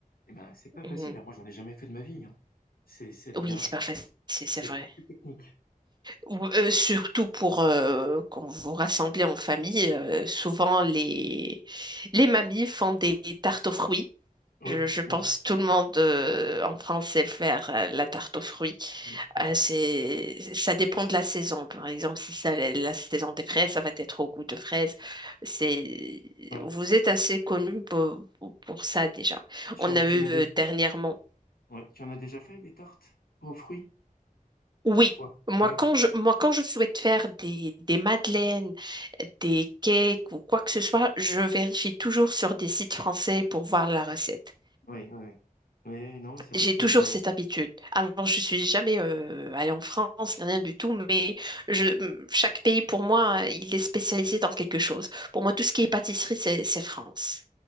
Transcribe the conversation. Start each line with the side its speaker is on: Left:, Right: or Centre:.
Left: eh ben, c'est pas facile.
Right: Mhm.
Left: hein. Moi, j'en ai jamais fait de ma vie. hein. C'est, ça devient,
Right: Oui, c'est pas facile, c'est
Left: c'est
Right: vrai.
Left: beaucoup plus technique.
Right: Ou, euh, surtout pour euh, quand vous vous rassemblez en famille, euh, souvent les, les mamies font des tartes aux fruits
Left: Oui,
Right: Je, je pense
Left: oui,
Right: que tout le monde euh, en
Left: oui,
Right: France sait le faire, euh, la tarte aux fruits.
Left: oui, tout à fait.
Right: Euh, c'est, ça dépend de la saison. Par exemple, si c'est la la saison des fraises, ça va être au goût de fraises. C'est,
Left: Ouais.
Right: vous êtes assez connu pour, pour- pour ça déjà.
Left: Tu
Right: On
Left: en,
Right: a
Left: tu
Right: eu
Left: en as
Right: euh,
Left: déjà,
Right: dernièrement.
Left: Oui, tu en as déjà fait des tartes aux fruits,
Right: Oui,
Left: toi?
Right: moi
Left: Oui,
Right: quand je, moi quand je souhaite faire des, des madeleines, des cakes ou quoi que ce soit, je vérifie toujours sur des sites français pour voir la recette.
Left: oui, oui. Oui, Oui, oui, non, c'est vrai
Right: J'ai
Left: que c'est
Right: toujours
Left: une bonne.
Right: cette habitude. Alors, je suis jamais euh, allée en France, ni rien du tout, mais je, chaque pays, pour moi, il est spécialisé dans quelque chose. Pour moi, tout ce qui est pâtisserie, c'est, c'est France.